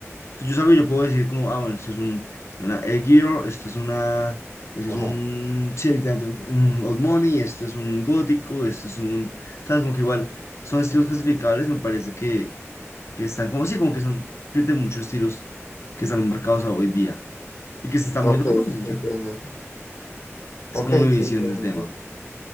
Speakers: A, on the left (about 65°); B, on the left (about 90°).
A: yo salgo y yo puedo decir como, ah, bueno, esto es un, una Edgear, esto es una, esto
B: Ajá.
A: es un, sí, literalmente, un Old Money, esto es un gótico, esto es un, sabes, como que igual son estilos clasificables, me parece que, que están como, sí, como que son, tienen muchos estilos que están marcados a hoy día y que se están
B: Ok,
A: moviendo famosos y
B: ¿qué
A: ya.
B: puede ser?
A: Es
B: Ok,
A: como mi
B: sí,
A: visión
B: tiene
A: del
B: sentido.
A: tema.